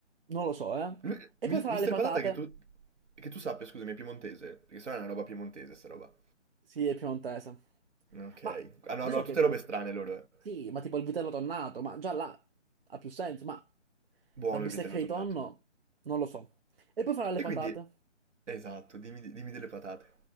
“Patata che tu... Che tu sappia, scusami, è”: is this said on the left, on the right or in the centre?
Right